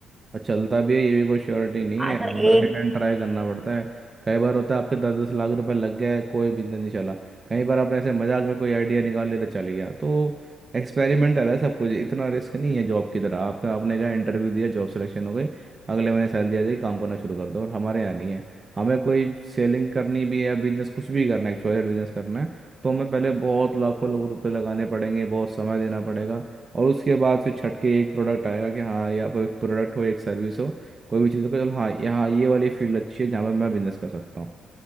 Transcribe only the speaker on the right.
और चलता भी है ये भी कोई श्योरिटी नहीं
है
मतलब
हिट एंड ट्राई करना पड़ता है कई बार होता है आपके दस दस लाख रुपए लग गया है कोई बिजनेस नहीं चला कई बार आपने ऐसे मजाक में कोई आइडिया निकाल लिया तो चल गया तो एक्सपेरिमेंटल है सब कुछ इतना रिस्क नहीं है जॉब की तरह आपका आपने कहा इंटरव्यू दिया जॉब सिलेक्शन हो गई अगले महीने सैलरी आ जाएगी काम करना शुरू कर दो और हमारे यहाँ नहीं है हमें कोई सेलिंग करनी भी है या बिजनेस कुछ भी करना है एक्सवाइजेड बिजनेस करना है तो हमें पहले बहुत लाखों लोगों रुपए लगाने पड़ेंगे बहुत समय देना पड़ेगा और उसके बाद फिर छट के एक प्रोडक्ट आएगा कि हाँ या कोई प्रोडक्ट हो एक सर्विस हो कोई भी चीज़ हो कि चलो हाँ यहाँ ये वाली फील्ड अच्छी है जहाँ पर मैं बिजनेस कर सकता हूँ